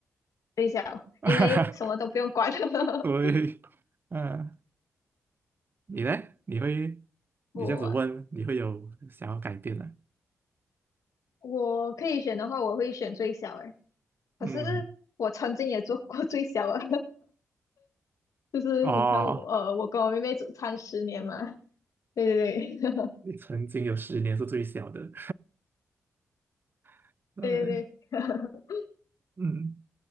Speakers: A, on the left; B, on the right.
A: 最小，
B: <laughs>
A: 因为什么都不用管。<laughs>
B: 对，嗯、你呢？你会
A: 我啊
B: 你这样子问，你会有想要改变的？
A: 我可以选的话，我会选最小诶。欸可是我曾经也做过最小啊，
B: 嗯，
A: <laughs> 就是你看我，
B: 哦。
A: 呃，我跟我妹妹只差十年嘛。对对对，<laughs>
B: 你曾经有十年是最小的，<laughs> 嗯
A: 对对对。<laughs>
B: 嗯，